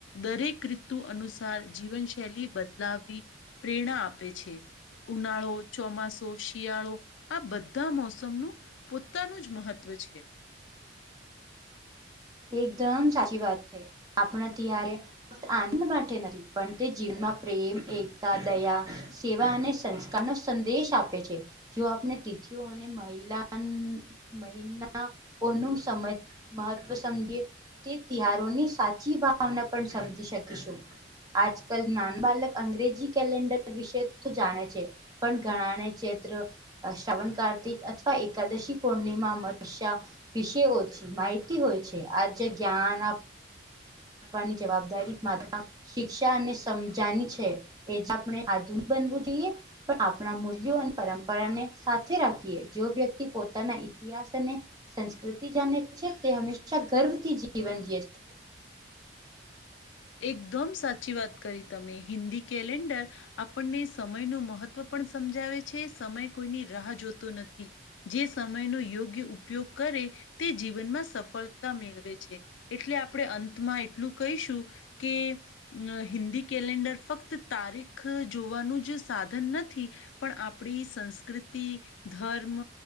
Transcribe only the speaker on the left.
દરેક ઋતુ અનુસાર જીવનશૈલી બદલાવી પ્રેરણા આપે છે. ઉનાળો, ચોમાસો, શિયાળો આ બધા મોસમનું પોતાનું જ મહત્ત્વ છે.
એકદમ સાચી વાત કરી તમે હિન્દી કેલેન્ડર આપણને સમયનું મહત્ત્વ પણ સમજાવે છે સમય કોઈની રાહ જોતો નથી. જે સમયનો યોગ્ય ઉપયોગ કરે તે જીવનમાં સફળતા મેળવે છે એટલે આપણે અંતમાં એટલું કહીશું કે હિન્દી કેલેન્ડર ફક્ત તારીખ જોવાનું જ સાધન નથી. પણ આપણી સંસ્કૃતિ, ધર્મ,